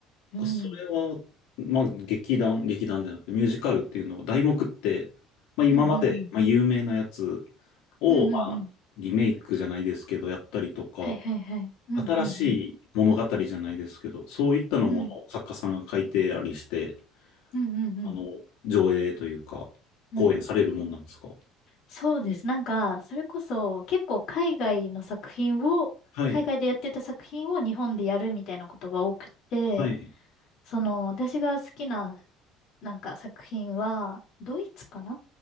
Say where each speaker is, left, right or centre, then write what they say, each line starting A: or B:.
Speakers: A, on the left (about 50°); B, on the left (about 80°).
A: うん。
B: それは、まあ、劇団、劇団じゃなくて、ミュージカルっていうのは、題目って、まあ、今まで、
A: うんうんうん。
B: まあ、有名なやつを、
A: うんうんうん。
B: まあ、リメイクじゃないですけど、やったりとか、
A: はいはいはい。うんうんうん。
B: 新しい物語じゃないですけど、そういったのものを作家さんが書いてありして、
A: うん。うんうんうん。
B: あの、上映というか、
A: うん。
B: 公演されるもんなんですか
A: そうです。なんか、それこそ、結構海外の作品を、
B: はい、
A: 海外でやってた作品を日本でやるみたいなことが多くて、
B: はい、
A: その、私が好きな、なんか作品は、ドイツかな